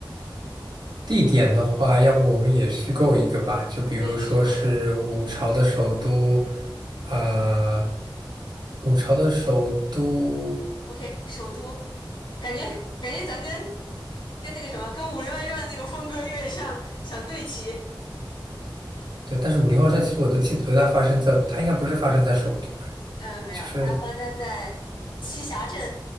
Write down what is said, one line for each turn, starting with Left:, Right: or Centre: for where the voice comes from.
Right: 地点的话，要不我们也虚构一个吧，就比如说是五朝的首都，
Left: 对，虚构一个。
Right: 啊、五朝的首都，
Left: OK，首都，感觉感觉咱跟跟那个什么，跟《武林外传》那个风格有点像，想对齐。
Right: 对，但是武林豪传其实我都记不得它发生在，它应该不是发生在首都，
Left: 嗯，没有，
Right: 就是
Left: 他发生在栖霞镇。